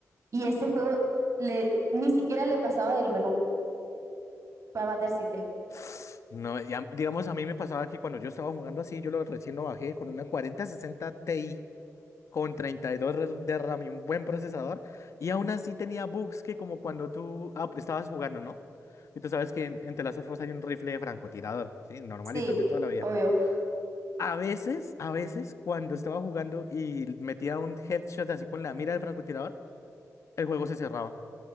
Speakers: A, on the right; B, on the left.
A: Y ese juego le, ni siquiera le pasaba del menú para matar siete.
B: <sniffs> No, ya- digamos, a mí me pasaba que cuando yo estaba jugando así, yo lo recién lo bajé con una cuarenta sesenta Ti con 32 de de RAM y un buen procesador, y aún así tenía bugs que como cuando tú ah, estabas jugando, ¿no? Y tú sabes que en, en The Last of Us hay un rifle de francotirador, ¿sí? Normalito,
A: Sí,
B: el de toda la vida.
A: obvio.
B: A veces, a veces, cuando estaba jugando y metía un headshot así con la mira del francotirador, el juego se cerraba.